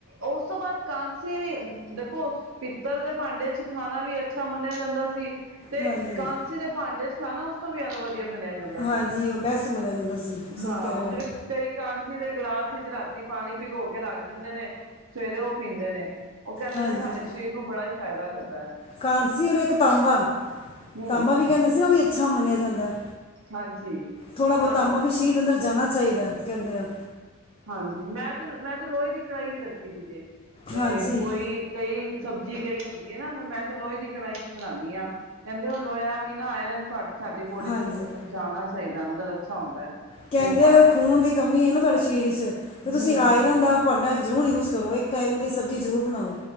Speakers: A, on the right; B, on the left.
A: ਉਸ ਤੋਂ ਬਾਅਦ ਕਾਂਸੀ ਵੀ ਦੇਖੋ ਪਿੱਤਲ ਦੇ ਭਾਂਡੇ ਚ ਖਾਣਾ ਵੀ ਅੱਛਾ ਮੰਨਿਆ ਜਾਂਦਾ ਸੀ ਤੇ
B: ਹਾਂਜੀ
A: ਸੀ ਦੇ ਭਾਂਡੇ ਚ ਖਾ ਨਾ ਉਸ ਤੋਂ ਵੀ ਜ਼ਿਆਦਾ ਵਧੀਆ ਮੰਨਿਆ ਜਾਂਦਾ
B: ਹਾਂਜੀ
A: ਸੀ
B: ਉਹ ਬੈਸਟ ਮੰਨਿਆ ਜਾਂਦਾ ਸਹੀ
A: ਹਾਂ
B: ਕਹਿ
A: ਹੁਣ
B: ਰਹੇ
A: ਜਿਵੇਂ
B: ਹੋ।
A: ਕਈ ਕਾਂਸੀ ਦੇ ਗਿਲਾਸ ਵਿੱਚ ਰਾਤੀ ਪਾਣੀ ਭਿਗੋ ਕੇ ਰੱਖ ਦਿੰਦੇ ਨੇ ਸਵੇਰੇ ਉਹ ਪੀਂਦੇ ਨੇ ਉਹ ਕਹਿੰਦੇ
B: ਹਾਂਜੀ
A: ਨੇ ਸਾਡੇ ਸਰੀਰ ਨੂੰ ਬੜਾ ਹੀ ਫਾਇਦਾ ਕਰਦਾ ਹੈ
B: ਕਾਂਸੀ ਔਰ ਇੱਕ ਤਾਂਬਾ
A: ਹਮ
B: ਤਾਂਬਾ ਵੀ ਕਹਿੰਦੇ ਸੀ ਨਾ ਵੀ ਅੱਛਾ ਮੰਨਿਆ ਜਾਂਦਾ
A: ਹਾਂਜੀ
B: ਥੋੜਾ ਬਹੁਤਾ
A: ਹਾਂ ਹਾਂ
B: ਅੰਮਾ ਵੀ ਸ਼ਹੀਦ ਅੰਦਰ ਜਾਣਾ ਚਾਹੀਦਾ ਹੈ ਕਹਿੰਦੇ ਆ
A: ਹਾਂਜੀ ਮੈਂ ਤੇ ਮੈਂ ਤੇ ਲੋਹੇ ਦੀ ਕੜਹੀ ਵੀ ਰੱਖੀ ਸੀ ਜੇ। ਤੇ
B: ਹਾਂਜੀ
A: ਕੋਈ ਕਈ ਸਬਜ਼ੀ ਗਈ ਹੁੰਦੀ ਹੈ ਨਾ ਮੈਂ ਤੇ ਲੋਹੇ ਦੀ ਕੜਹੀ ਚ ਬਣਾਉਂਦੀ ਹਾਂ ਕਹਿੰਦੇ ਉਹ ਲੋਇਆ ਵੀ ਨਾ ਆਇਰਨ ਸਾਡੀ ਬੋਡੀ
B: ਹਾਂਜੀ
A: ਨੂੰ ਜਾਣਾ ਚਾਹੀਦਾ ਅੰਦਰ ਅੱਛਾ ਹੁੰਦਾ ਹੈ
B: ਕਹਿੰਦੇ
A: ਤੇ ਭਾਵੇਂ
B: ਅਗਰ ਖੂਨ ਦੀ ਕਮੀ ਹੈ ਨਾ ਤੁਹਾਡੇ ਸਰੀਰ ਚ ਤੇ ਤੁਸੀਂ
A: ਹਮ
B: ਆਏ ਪਰਾਂ ਦਾ ਭਾਂਡਾ ਜ਼ਰੂਰ ਯੂਜ ਕਰੋ ਇੱਕ ਟਾਈਮ ਦੀ ਸਬਜ਼ੀ ਜ਼ਰੂਰ ਬਣਾਓ